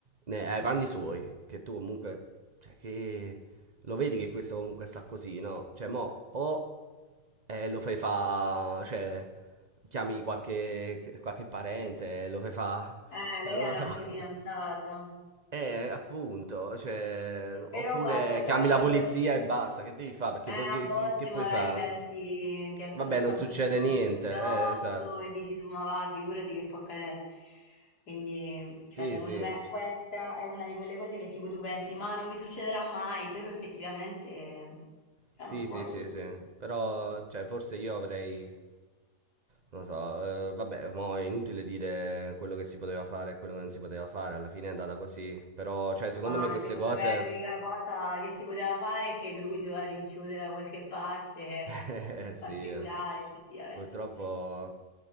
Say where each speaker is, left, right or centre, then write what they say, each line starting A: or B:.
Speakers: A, on the right; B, on the left.
A: ne, ai panni suoi, che tu comunque, cioè, che... Lo vedi che questo comunque sta così, no? Cioè, mo, o eh, lo fai fa... cioè chiami qualche, qualche parente, lo fai fa, <laughs>
B: Eh,
A: eh,
B: lei
A: non
B: era
A: lo so.
B: anche fidanzata.
A: <laughs> Eh, appunto, cioè, oppure
B: Però guarda,
A: chiami
B: sai,
A: la
B: per...
A: polizia e basta, che devi fare? Perché
B: Eh,
A: poi
B: a
A: che,
B: volte
A: che- che puoi
B: magari
A: fare?
B: pensi che è soltanto
A: Vabbè, non succede
B: di uno
A: niente,
B: scopiotto
A: eh, esatto.
B: e dici tu, ma va, figurati che può accadere. Quindi,
A: Sì,
B: cioè, secondo
A: sì,
B: me questa è una di quelle cose che tipo tu pensi, ma non mi succederà mai, però effettivamente, cioè,
A: sì,
B: non puoi...
A: sì, sì, sì, però, cioè, forse io avrei, non lo so, eh, vabbè, mo è inutile dire quello che si poteva fare e quello che non si poteva fare, alla fine è andata così, però, cioè, secondo
B: Ma
A: me queste
B: secondo
A: cose...
B: me l'unica cosa che si poteva fare è che lui si doveva rinchiudere da qualche parte <laughs>
A: Eh,
B: e
A: sì,
B: farsi
A: eh.
B: curare, effettivamente.
A: purtroppo